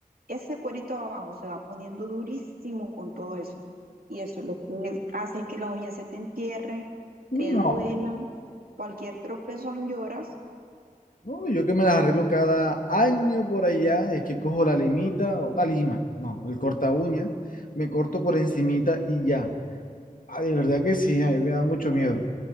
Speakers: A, on the right (about 85°); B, on the left (about 65°).
A: ese cuerito abajo se va poniendo durísimo con todo eso. Y eso lo que es- hace es que la uña se te entierre, te
B: No,
A: duela, cualquier tropezón lloras.
B: no, yo que me las arreglo cada año por allá, es que cojo la limita o la lima, no, el corta uña, me corto por encimita y ya. Ah, de verdad que sí, a mí me da mucho miedo.